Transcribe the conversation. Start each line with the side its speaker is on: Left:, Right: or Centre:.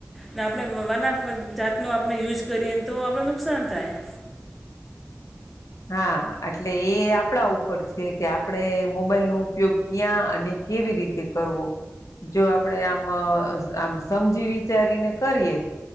Centre: ને આપણે વાત વાના જાતનો આપણે યુઝ કરીએ ને તો આપણે નુકસાન થાય.
Left: હા એટલે એ આપણા ઉપર છે કે આપણે મોબાઈલ નો ઉપયોગ ક્યાં અને કેવી રીતે કરવો જો આપડે આમ આમ. સમજી વિચારીને કરીએ